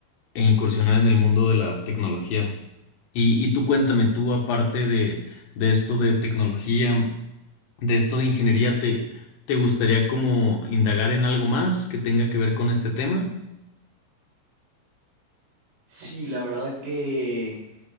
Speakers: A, on the left (about 65°); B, on the right (about 85°).
A: e incursionar en el mundo de la tecnología. Y, y tú cuéntame, tú aparte de, de esto de tecnología, de esto de ingeniería, ¿te, te gustaría como indagar en algo más que tenga que ver con este tema?
B: Sí, la verdad que